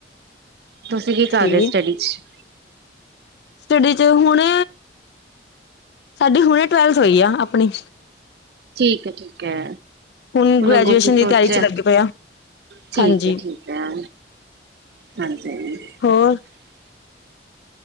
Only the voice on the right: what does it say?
ਤੁਸੀਂ ਕੀ
ਕਰ ਰਹੇ, ਸਟੱਡੀ ਚ?
ਠੀਕ ਹੈ, ਠੀਕ ਹੈ।
ਅੱਗੋਂ ਕੀ
ਸੋਚਿਆ
ਠੀਕ
ਹੈ ਠੀਕ ਹੈ ਹਾਂਜੀ